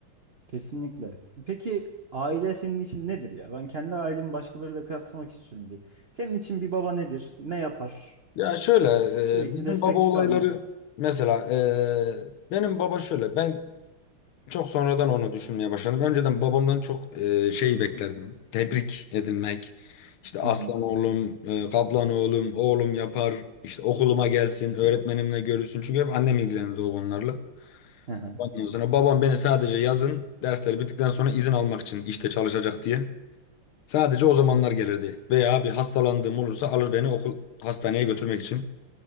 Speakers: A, on the right; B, on the left.
A: Kesinlikle. Peki aile senin için nedir ya? Ben kendi ailemi başkalarıyla kıyaslamak istiyorum bir. Senin için bir baba nedir? Ne yapar?
B: Ya şöyle
A: Sürekli
B: e, bizim
A: destek
B: baba olayları
A: çıkar mı?
B: mesela e, benim baba şöyle ben Çok sonradan onu düşünmeye başladım. Önceden babamdan çok e, şey beklerdim. Tebrik edilmek. İşte aslan
A: Hı hı.
B: oğlum, e, kaplan oğlum, oğlum yapar. İşte okuluma gelsin, öğretmenimle görüşsün. Çünkü hep annem ilgilenirdi o konularla.
A: Hı hı.
B: Ondan sonra babam beni sadece yazın dersleri bittikten sonra izin almak için işte çalışacak diye. Sadece o zamanlar gelirdi. Veya bir hastalandığım olursa alır beni okul hastaneye götürmek için.